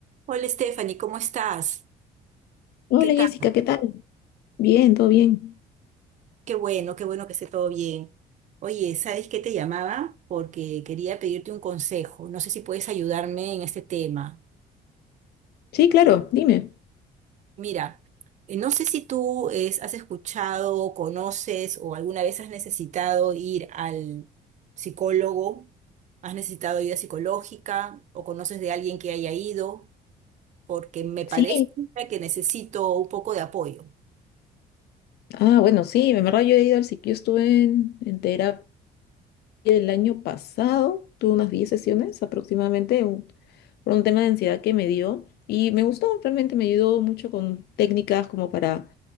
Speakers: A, on the right; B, on the left.
A: Hola Stephanie, ¿cómo estás?
B: Hola
A: ¿Qué tal?
B: Jessica, ¿qué tal? Bien, todo bien.
A: Qué bueno, qué bueno que esté todo bien. Oye, ¿sabes qué te llamaba? Porque quería pedirte un consejo. No sé si puedes ayudarme en este tema.
B: Sí, claro, dime.
A: Mira, eh, no sé si tú es- has escuchado, conoces o alguna vez has necesitado ir al psicólogo, has necesitado ayuda psicológica o conoces de alguien que haya ido, porque me parece
B: Sí.
A: que necesito un poco de apoyo.
B: Ah, bueno, sí, en verdad yo he ido al psiqui- yo estuve en, en terapia el año pasado, tuve unas 10 sesiones aproximadamente un- por un tema de ansiedad que me dio y me gustó, realmente me ayudó mucho con técnicas como para